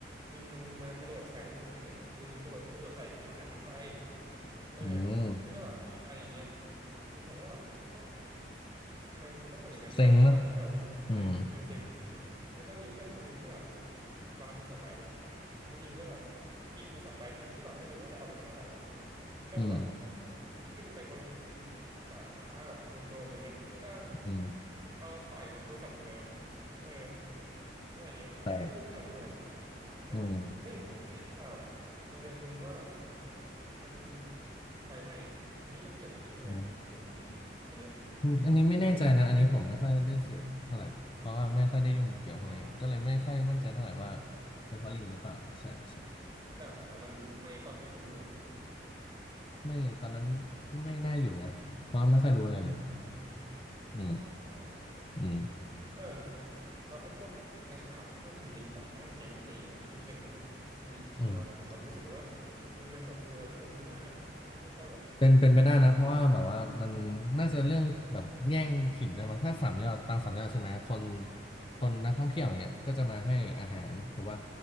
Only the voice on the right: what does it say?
ลิงมันมากระโดดใส่เลยเว้ยผมไม่เห็นนะลิงมันกระโดดกระโดดใส่เอาน้ำไปเออ
แล้วก็แบบหนีไปอย่างเงี้ยอืมผมก็แบบโอ้ทำไมมันต้องทำอย่างนั้นด้วยแล้วบางทีก็แบบรู้สึกใช่เออเซ็ง
แล้วก็มีเพื่อนคนหนึ่งที่แบบวางโทรศัพท์ไว้เนาะ แล้วลิงก็แบบหยิบโทรศัพท์ไปทั้งที่แบบไม่รู้ว่าจะเอาไปทำอะไรอ่ะแล้วก็แบบ
ขึ้นไปบนดาดฟ้าแบบบนโดมอะไรเงี้ยแล้วก็
เอาต่อยโทรศัพท์ลงมาเอออะไรอย่างเงี้ยก็แบบไม่รู้ไปทำทำไม
อ่าเฮ้ยผมเคยเห็นข่าว
โรงเรียนคุณว่าแบบมันไฟไหม้อ่ะอันนี้มันเกี่ยวกับลิงใช่ไหมผม
อันเนี้ยผมแบบไม่รู้มาก
อ๋ออ๋อ
แต่แต่มันไหม้ตอนที่คุณอยู่ไหม
อ๋อโอเคโอเคเออ
แล้วไอ้พวกในข่าวเนี่ยที่มันมีลิงแบบตั้งแก๊งมาตีกันเนี่ยคุณเคยเห็นบ้างไหมมันมีจริงไหมวะผมแบบรู้สึกว่า
<laughs> มันเป็นแบบดูอะไรที่มันไม่น่าไม่ค่อยแบบ
น่าจะเกิดขึ้น
อืม